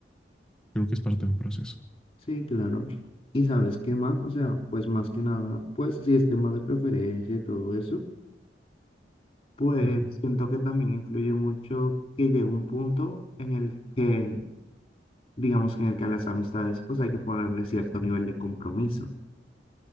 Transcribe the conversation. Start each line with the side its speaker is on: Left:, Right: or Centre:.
Centre: Creo que es parte de un proceso.
Left: Sí, claro. ¿Y sabes qué más? O sea, pues más que nada, pues si es tema de preferencia y todo eso, pues
Centre: Uh -huh.
Left: siento que también influye mucho que llega un punto en el que, digamos que en el que a las amistades pues hay que ponerle cierto nivel de compromiso.